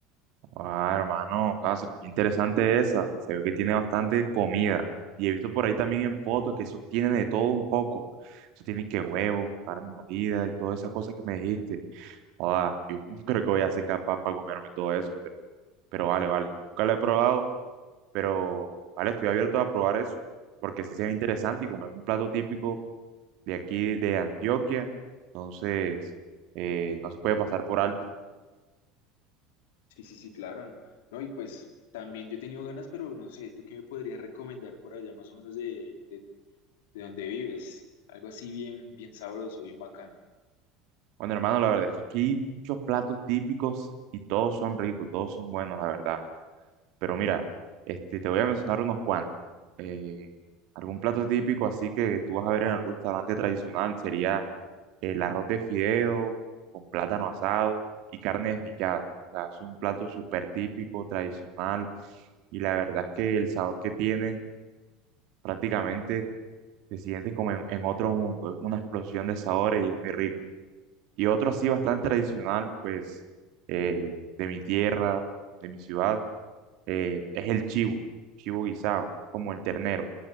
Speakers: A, on the right (about 55°); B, on the left (about 65°).
A: Ah, hermano, ah, se- qué interesante esa. Se ve que tiene bastante comida. Y he visto por ahí también en fotos que eso tiene de todo un poco. Eso tiene que huevo, carne molida y todas esas cosas que me dijiste. Joda, yo <laughs> no creo que voy a ser capaz para comerme todo eso, pero, pero vale, vale. Nunca lo he probado pero vale, estoy abierto a probar eso, porque sí se ve interesante y como es un plato típico de aquí de Antioquia, entonces eh, no se puede pasar por alto.
B: Sí, sí, sí, claro. No, No, y pues también yo he tenido ganas, pero no sé, ¿tú qué me podrías recomendar por allá más o menos de, de, de donde vives? Algo así bien, bien sabroso, bien bacano.
A: Bueno, hermano, la verdad es que aquí hay muchos platos típicos y todos son ricos, todos son buenos, la verdad. Pero mira, este, te voy a mencionar unos cuantos. Eh, algún plato típico así que tú vas a ver en algún restaurante tradicional sería el arroz de fideo con plátano asado y carne desmechada. O sea, es un plato súper típico, tradicional y la verdad es que el sabor que tiene prácticamente te sientes como en, en otro mundo. Es una explosión de sabores y es muy rico. Y otro así bastante tradicional, pues, eh, de mi tierra, de mi ciudad eh, es el chivo, chivo guisado, como el ternero.